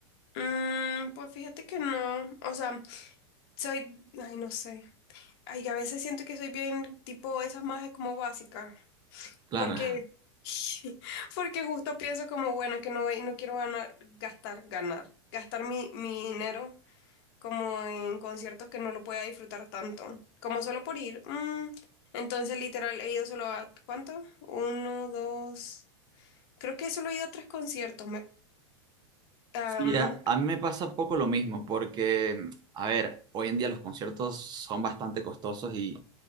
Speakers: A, on the left; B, on the right.
A: Mm, pues fíjate que no. O sea, soy, ay, no sé. Ay, a veces siento que soy bien tipo esas más como básicas.
B: Claro.
A: Porque, <laughs> porque justo pienso como, bueno, que no, voy- no quiero ganar, gastar, ganar, gastar mi, mi dinero como en conciertos que no lo voy a disfrutar tanto, como solo por ir. mm, entonces, literal, he ido solo a, ¿cuánto? Uno, dos, creo que solo he ido a tres conciertos. Me, am,
B: Sí, a, a mí me pasa un poco lo mismo, porque, a ver, hoy en día los conciertos son bastante costosos y